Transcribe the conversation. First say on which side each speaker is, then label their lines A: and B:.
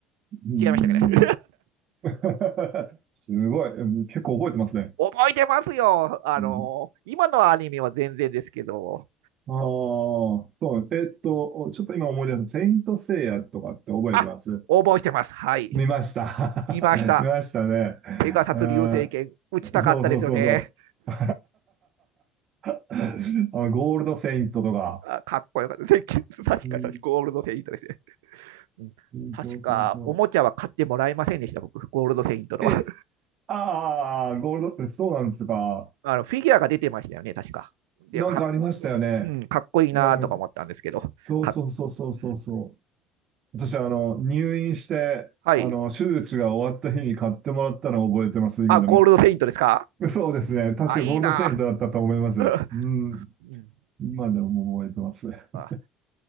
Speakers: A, on the right; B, on the right.
A: うんうん
B: 違いましたかね。
A: うん <laughs> すごい。うん結構覚えてますね。
B: <laughs> 覚えてますよ。あのー今のアニメは全然ですけど、
A: うん、ああ、そう。えっと、ちょっと今思い出す。セイント・セイヤとかって覚えてます
B: あ、覚えてます。はい。
A: 見ました。
B: 見ました。
A: <laughs> 見ましたね。
B: ペガサス流星拳、
A: あ
B: 打ちたかったですよね。
A: ーそうそうそうそう。<laughs> <laughs> あの、ゴールドセイントとか。
B: あかっこよかった。で確か、
A: うん
B: ゴールドセイントですね。うん確か、
A: うんそうそうそ
B: おもちゃは買ってもらえませんでした、僕、ゴールドセイントのは。
A: う。え、ああ、ゴールド、そうなんですか。
B: あのフィギュアが出てましたよね、確か。でか,、
A: なんかありましたよね。
B: うんうん、かっこいいなとか思ったんですけど。
A: うん。そうそうそうそうそうそ
B: かうん
A: う。私、あの、入院して、
B: はい。
A: あの、手術が終わった日に買ってもらったのを覚えてます、今でも。
B: あ、ゴールドセイントですか
A: <laughs> そうですね。確かゴールドセイントだったと思います。
B: あ、いいなぁ
A: うん。
B: <laughs> うん
A: 今でも覚えてます。<laughs>
B: あ